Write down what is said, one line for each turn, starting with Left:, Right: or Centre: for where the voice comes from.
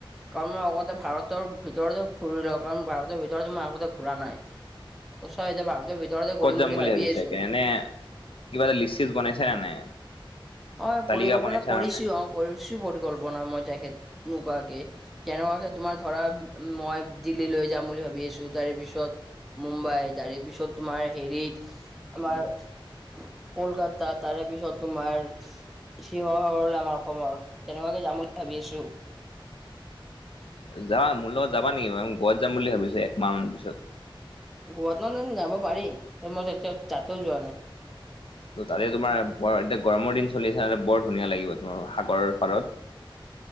Centre: কাৰণ মই আগতে ভাৰতৰ ভিতৰতে ঘূৰি লওঁ কাৰণ ভাৰতৰ ভিতৰ মই আগতে ঘূৰা নাই। ত চই এতিয়া ভাৰতৰ ভিতৰতে ঘূৰিম
Left: ক'ত যাম
Centre: বুলি ভাবি
Left: ভাবিছা
Centre: আছো।
Left: এতিয়া এনে কিবা এটা লিষ্ট চিষ্ট বনাইছা না নাই?
Centre: অ
Left: তালিকা
Centre: পৰিকল্পনা
Left: বনাইছা
Centre: কৰিছো
Left: নে নাই
Centre: অ কৰিছো পৰিকল্পনা মই তেখেত নোকোৱাকে। কেনেকুৱাকে তোমাৰ ধৰা মই দিল্লী লৈ যাম বুলি ভাবি আছো তাৰে পিছত মুম্বাই তাৰে পিছত তোমাৰ হেৰিত, আমাৰ কলকাতা তাৰে পিছত তোমাৰ শিৱসাগৰ হ'ল আমাৰ অসমৰ তেনেকুৱাকে যাম বুলি ভাবি আছোঁ।
Left: যাবা মোৰ লগত যাবা নেকি গৱাত যাম বুলি ভাবিছো একমাহ মান পিছত।
Centre: গৱাত ন ন যাব পাৰি মই তেতিয়া তাতেও যোৱা নাই।
Left: <inaudible> ত তাৰে তোমাৰ বৰ এতিয়া গৰমৰ দিন চলি আছে বৰ ধুনীয়া লাগিব তোমাৰ সাগৰ পাৰত।